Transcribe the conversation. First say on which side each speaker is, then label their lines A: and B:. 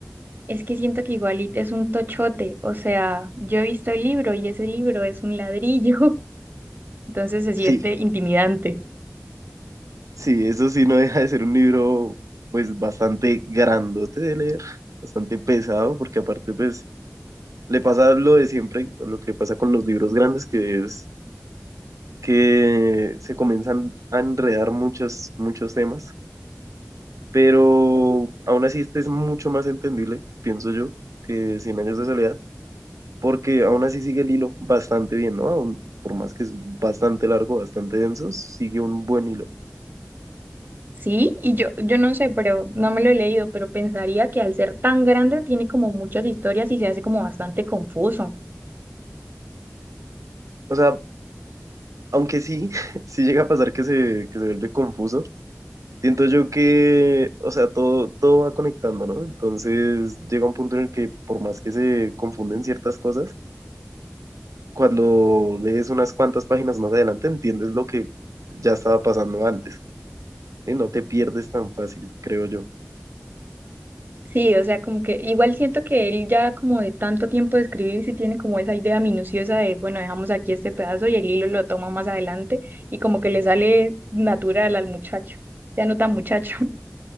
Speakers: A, on the right; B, on the right.
A: Es que siento que igualito es un tochote, o sea, yo he visto el libro y ese libro es un ladrillo, <laughs> entonces se siente
B: Sí,
A: intimidante.
B: Sí, eso sí no deja de ser un libro pues bastante grandote de leer, bastante pesado, porque aparte pues le pasa lo de siempre, lo que pasa con los libros grandes, que es que se comienzan a enredar muchos, muchos temas, pero aún así este es mucho más entendible, pienso yo, que Cien años de soledad, porque aún así sigue el hilo bastante bien, ¿no? Aún, por más que es bastante largo, bastante denso, sigue un buen hilo.
A: Sí, y yo, yo no sé, pero no me lo he leído, pero pensaría que al ser tan grande tiene como muchas historias y se hace como bastante confuso.
B: O sea, Aunque sí, <laughs> sí llega a pasar que se, que se vuelve confuso. Siento yo que, o sea, todo, todo va conectando, ¿no? Entonces llega un punto en el que por más que se confunden ciertas cosas, cuando lees unas cuantas páginas más adelante entiendes lo que ya estaba pasando antes. Y no te pierdes tan fácil, creo yo.
A: Sí, o sea, como que igual siento que él ya como de tanto tiempo de escribir, sí tiene como esa idea minuciosa de, bueno, dejamos aquí este pedazo y el hilo lo toma más adelante y como que le sale natural al muchacho, ya no tan muchacho. <laughs>